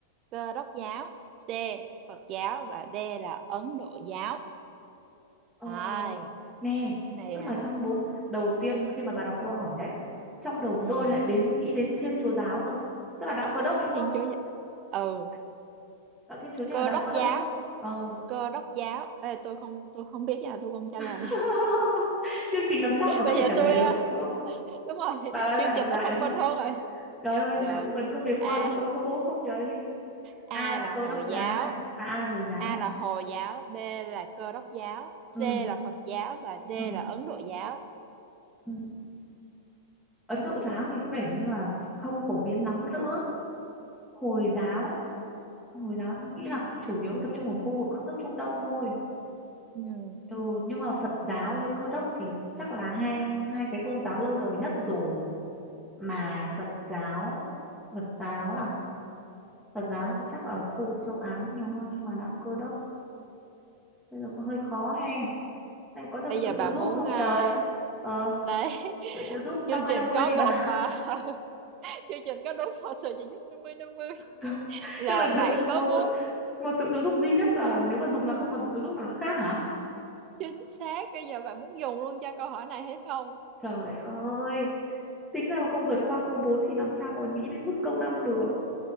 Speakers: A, on the right; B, in the centre.
A: cơ đốc giáo c phật giáo và d là ấn độ giáo
B: Ờ,
A: rồi
B: nè,
A: cái này
B: tức
A: à
B: là trong bốn đầu tiên khi mà bà đọc câu hỏi ấy, trong đầu
A: ừ,
B: tôi lại đến nghĩ đến Thiên Chúa giáo cơ. Tức là đạo Cơ đốc rồi đúng
A: thiên
B: không?
A: chúa giáo ừ
B: Đạo Thiên Chúa chính
A: cơ
B: là đạo
A: đốc
B: Cơ đốc
A: giáo
B: đúng không? Ờ.
A: cơ đốc giáo Ê, tôi không tôi không biết nha tôi không trả
B: <laughs>
A: lời
B: Chương trình làm sao mà có
A: bây
B: thể
A: giờ
B: trả lời
A: tôi
B: được,
A: à,
B: đúng không?
A: đúng rồi
B: Bà
A: <laughs>
B: ơi,
A: chương
B: bà đọc
A: trình
B: lại
A: nó thông
B: được không?
A: minh hơn rồi
B: Trời ơi,
A: được
B: nếu mình có việc
A: a
B: qua được câu số 4 không vậy
A: a
B: A là
A: là
B: Cơ
A: hồi
B: đốc giáo
A: giáo
B: này, à, A là Hồi giáo.
A: a là hồi giáo b là cơ đốc giáo
B: Ừ,
A: c là phật giáo và d
B: ừ,
A: là ấn độ giáo
B: ừ. Ấn Độ
A: Ừ,
B: giáo thì có vẻ như là không phổ biến lắm nữa. Hồi giáo Hồi giáo tôi nghĩ là cũng chủ yếu tập trung ở khu vực các nước Trung Đông thôi.
A: ừ.
B: Ừ, nhưng mà Phật giáo với Cơ đốc thì chắc là hai hai cái tôn giáo lâu đời nhất rồi. Mà Phật giáo, Phật giáo à, Phật giáo thì chắc ở khu vực châu Á nữa nhiều hơn nhưng mà đạo Cơ đốc bây giờ có hơi khó he. Em có được
A: bây giờ
B: sự
A: bà
B: trợ giúp
A: muốn
B: không
A: à,
B: trời? Ờ,
A: đấy <laughs>
B: sự trợ giúp năm
A: chương
B: mươi
A: trình
B: năm mươi
A: có
B: đi
A: một
B: bà.
A: à, <laughs> chương trình có đúng một sự trợ giúp năm mươi năm mươi
B: <laughs>
A: là
B: Tức là được
A: bạn có
B: một
A: muốn
B: sự một sự trợ giúp duy nhất là nếu mà dùng là không còn sự trợ giúp nào nữa khác hả?
A: chính xác bây giờ bạn muốn dùng luôn cho câu hỏi này hay không
B: Trời ơi. tính ra mà không vượt qua câu 4 thì làm sao mà nghĩ đến mức câu 5 được